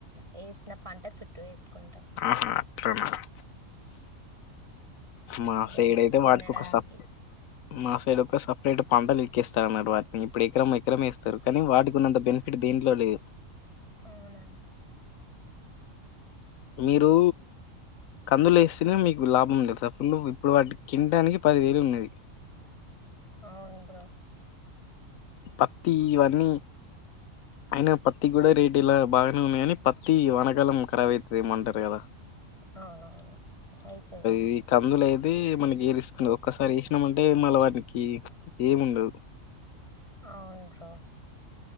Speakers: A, on the right; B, on the left.
A: వేసిన పంట చుట్టూ వేసుకుంటాం
B: ఆహా అట్లనా మాసేడు
A: జస్ట్
B: అయితే
A: తినడానికి
B: వాటికి ఒక సప్పు మాసేడు ఒక సప్పు ఇప్పు పంటలు ఎక్కేస్తారు అ వాటినిప్పుడు ఎకరం ఎకరమేస్త సారు కానీ వాటికున్నంత బను ఇప్పుడు దీంట్లో లేదు
A: అవునా
B: మీరు కందులు వేస్తేనే మీకు లాభం లే ాుల్ ఇప్పుడు వాటి కిినడానికి పది వేలు ఉన్నది
A: అవును బ్రో
B: పత్తివన్నీ అయిన పత్తికి కూడా రేట్ ఇలా బాగా నే పత్తి వనకాలం కరవై వెయ్యమంటార్గదా
A: అవునవును అయితది
B: ఇది కందులు అయితే అది మనకి రిస్క్లు ఒక్కసారి వేసినామంటే మళ్ళ వాటికి ఏమి ఉండదు
A: అవును బ్రో